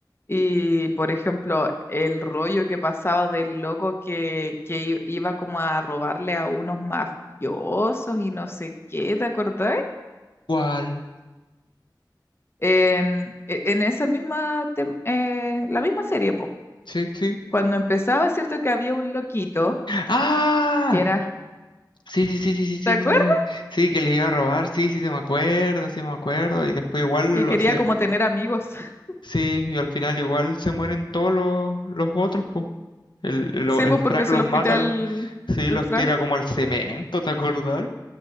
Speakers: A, on the left; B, on the left.
A: Y por ejemplo, el rollo que pasaba del loco que, que i- iba como a robarle a unos mafiosos y no sé qué, ¿te acordás?
B: ¿Cuál?
A: En, e- en esa misma, tem- eh, la misma serie, po.
B: Sí, sí.
A: Cuando empezaba, es cierto que había un loquito
B: ¡Ah!
A: que era,
B: Sí, sí, sí, sí, sí, sí,
A: ¿te acuerdas?
B: sí. Sí, Sí, que le iba a robar, sí, sí, se me acuerdo, sí me acuerdo. Y después igual
A: Que
B: lo
A: quería
B: se.
A: como tener amigos. <laughs>
B: Sí, y al final igual se mueren todos los, los otros, po. El, lo-
A: Sí,
B: el
A: po,
B: Frank
A: porque es
B: los
A: el
B: mata,
A: hospital,
B: la- sí,
A: el
B: los
A: Frank.
B: tira como al cemento, ¿te acordás?